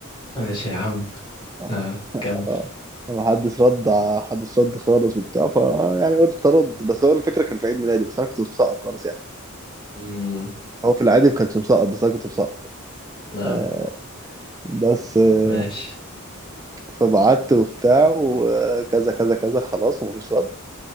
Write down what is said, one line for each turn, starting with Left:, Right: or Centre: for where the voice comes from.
Left: ماشي يا عم
Right: اه
Left: اه
Right: اه
Left: كمل
Right: آه، محدش رد محدش رد خالص وبتاع ف يعني قلت ارد بس هو الفكرة كان في عيد ميلادي بس انا كنت مسقط خالص يعني
Left: امم
Right: هو في العادي ما كانش مسقط بس انا كنت مسقط
Left: اه
Right: آه بس آه
Left: ماشي
Right: فبعت وبتاع وكذا كذا كذا خلاص ومفيش رد